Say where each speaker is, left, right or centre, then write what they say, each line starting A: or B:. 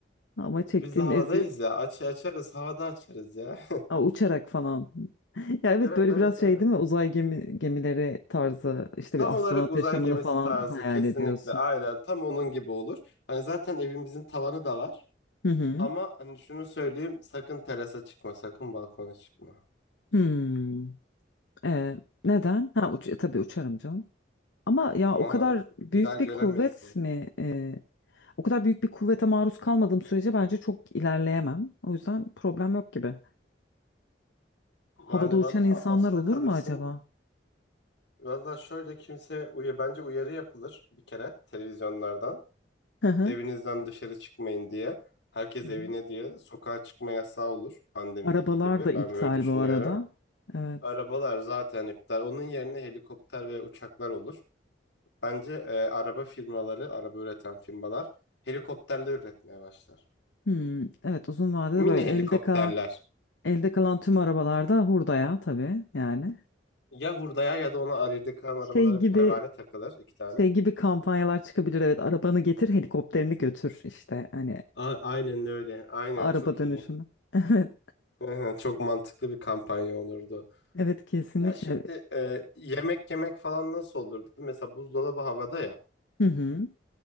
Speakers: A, on the left; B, on the left.
A: Ama çektiğim
B: Biz de havadayız
A: eziyet
B: ya. Aç açarız, havada açarız ya. <laughs>
A: Aa, uçarak falan. <laughs> Ya evet
B: Evet
A: böyle
B: evet
A: biraz
B: evet.
A: şey değil mi uzay gemi, gemileri tarzı işte
B: Tam
A: bir astronot
B: olarak uzay
A: yaşamını
B: gemisi
A: falan
B: tarzı
A: hayal
B: kesinlikle
A: ediyorsun.
B: aynen tam onun gibi olur. Hani zaten evimizin tavanı da var.
A: Hı hı.
B: Ama hani şunu söyleyeyim sakın terasa çıkma sakın balkona çıkma.
A: Hmm. Ee, neden? Ha uç, e, tabii uçarım canım. Ama ya
B: Ma,
A: o kadar büyük
B: bir daha göremeyiz
A: bir kuvvet
B: seni.
A: mi? e, o kadar büyük bir kuvvete maruz kalmadığım sürece bence çok ilerleyemem. O yüzden problem yok gibi. Havada
B: Yani
A: uçan
B: valla
A: insanlar
B: asılı
A: olur
B: kalırsın.
A: mu acaba?
B: Valla şöyle kimse uyu bence uyarı yapılır bir kere televizyonlardan.
A: Hı hı.
B: evinizden dışarı çıkmayın diye. Herkes
A: Hı hı.
B: evine diye sokağa çıkma yasağı olur pandemideki
A: Arabalar
B: gibi.
A: da iptal
B: Ben böyle düşünüyorum.
A: bu arada. Evet.
B: Arabalar zaten iptal. Onun yerine helikopter ve uçaklar olur. Bence e, araba firmaları, araba üreten firmalar helikopterle üretmeye başlar.
A: Hmm, evet uzun vadede
B: Mini
A: böyle
B: helikopterler.
A: elde kalan elde kalan tüm arabalarda hurdaya tabii yani.
B: Ya hurdaya ya da ona aride kalan
A: Şey
B: arabalara
A: gibi
B: pervane takılır iki tane.
A: şey gibi kampanyalar çıkabilir evet arabanı getir helikopterini götür işte hani
B: A- aynen öyle. Aynen
A: Araba
B: çok
A: dönüşümü.
B: iyi.
A: <laughs> Evet.
B: <laughs> Çok mantıklı bir kampanya olurdu.
A: Evet kesinlikle.
B: Ya şimdi e, yemek yemek falan nasıl olurdu? Mesela buzdolabı havada ya.
A: Hı hı.